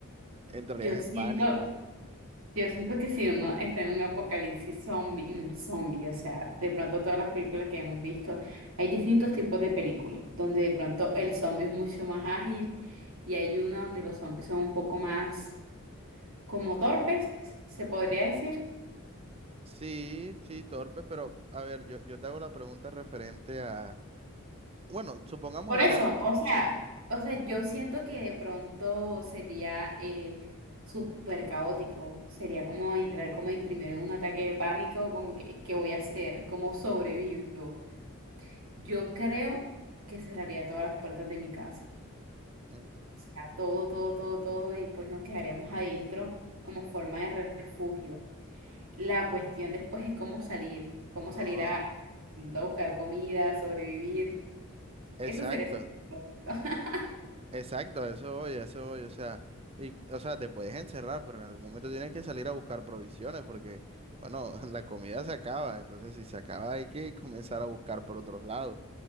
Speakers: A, on the right; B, on the right.
A: ¿Entrarías
B: Yo
A: en
B: siento,
A: pánico?
B: Yo siento que si uno está en un apocalipsis zombie y más zombie, o sea, de pronto todas las películas que hemos visto, hay distintos tipos de películas, donde de pronto el zombie es mucho más ágil y hay una donde los zombies son un poco más como torpes, se podría decir.
A: Sí, sí, torpe, pero a ver, yo, yo te hago la pregunta referente a, bueno, supongamos
B: Por
A: el
B: eso,
A: caso.
B: o sea, o sea, yo siento que de pronto sería eh, súper caótico, sería como entrar como en primero en un ataque de pánico, como que, ¿qué voy a hacer? ¿Cómo sobrevivo? Yo creo que cerraría todas las puertas de mi casa.
A: Mm,
B: O sea, todo, todo, todo, todo, y pues nos quedaríamos adentro como forma de re- refugio. La cuestión después es cómo salir, cómo
A: No,
B: salir a, a buscar comida, sobrevivir.
A: exacto,
B: Eso sería súper complicado. <laughs>
A: exacto, a eso voy, a eso voy, o sea, y, o sea, te puedes encerrar, pero en algún momento tienes que salir a buscar provisiones porque, bueno, <laughs> la comida se acaba, entonces si se acaba hay que comenzar a buscar por otros lados.